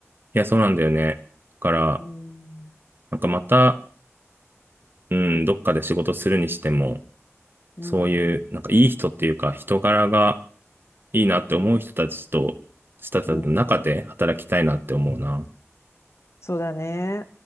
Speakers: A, on the right; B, on the left.
A: いや、そうなんだよね。だから、
B: うーん、
A: なんかまた、うん、どっかで仕事するにしても、
B: うん、
A: そういう、なんかいい人っていうか、人柄が、いいなって思う人たちと、人たちの中で働きたいなって思うな。
B: うん。そうだね。